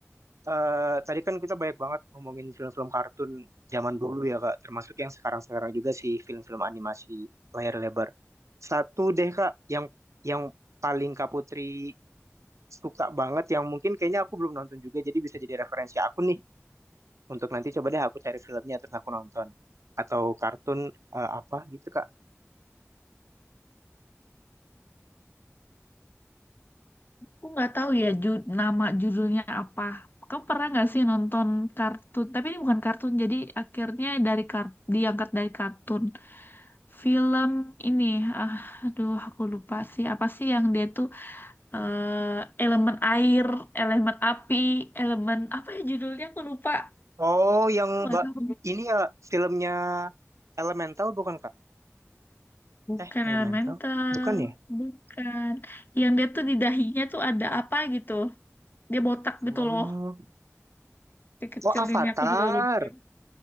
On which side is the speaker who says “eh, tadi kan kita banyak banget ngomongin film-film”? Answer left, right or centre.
Right